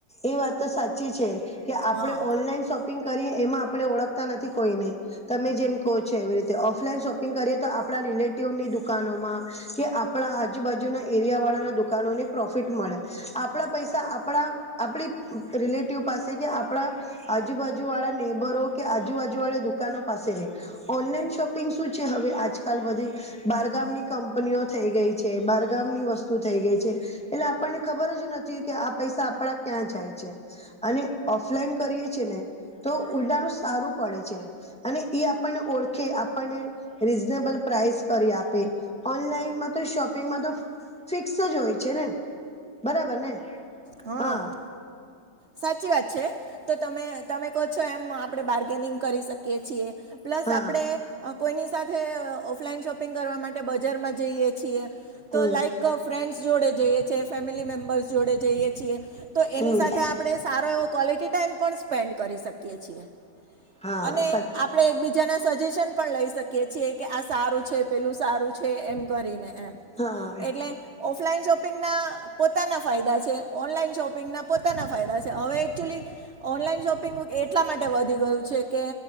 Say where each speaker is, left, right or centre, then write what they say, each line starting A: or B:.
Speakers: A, in the centre; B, on the right.
A: એ વાત તો સાચી છે. કે આપણે
B: હા
A: ઓનલાઈન શો પિંગ કરીએ એમાં આપણે ઓળખતા નથી કોઈને તમે જેમ કહો છો એવી રીતે ઓફલાઈન શોપિંગ કરીએ તો આપણા રિલેટિવની દુકાનોમાં કે આપણા આજુબાજુના એરિયા વાળાના દુકાનોને પ્રોફિટ મળે આપણા પૈસા આપણા આપણી રિલેટિવ પાસે કે આપણા આજુબાજુ વાળા નેબરો કે આજુબાજુ વાળા દુકાનો પાસે રે ઓનલાઈન શોપિંગ શું છે, હવે આજકાલ બધી બારગામની કંપનીઓ થઈ ગઈ છે, બારગામની વસ્તુ થઈ ગઈ છે, એટલે આપણને ખબર જ નથી. કે આ પૈસા આપડા ક્યાં જાય છે, અને ઓફલાઈન કરીએ છે, ને તો ઊલટાનું સારું પડે છે. અને એ આપણને ઓળખે આપણને રિઝનેબલ પ્રાઇસ કરી આપે ઓનલાઈનમાં તો શોપિંગમાં તો ફિક્સ જ હોય છે, ને બરાબર ને
B: હ.
A: હા
B: સાચી વાત છે, તો તમે તમે કહો છો એમ આપડે બાર્ગેનિંગ કરી શકીએ છીએ. પ્લસ
A: હા
B: આપણે કોઈની સાથે ઓફલાઈન શોપિંગ કરવા માટે બજારમાં જઈએ છીએ. તો
A: હમ
B: લાઈક ફ્રેન્ડ્સ જોડે જઈએ છે, એ ફેમિલી મેમ્બર્સ જોડે જઈએ છીએ તો
A: હમ
B: એની સાથે આ આપડે સારો એવો ક્વોલિટી ટાઈમ પણ સ્પેન્ડ કરી શકીએ છીએ
A: હા
B: અને
A: સચ
B: આ પણે એકબીજાના સજેશન પણ લઈ શકીએ છીએ કે આ સારું છે, પેલું સારું છે, એમ કરીને એમ
A: હા
B: એટલે ઓફલાઈન શોપિંગના પોતાના ફાયદા છે, ઓનલાઈન શોપિંગના પોતાના ફાયદા છે, હવે એકચુલી ઓનલાઈન શોપિંગ એટલા માટે વધી ગયું છે, કે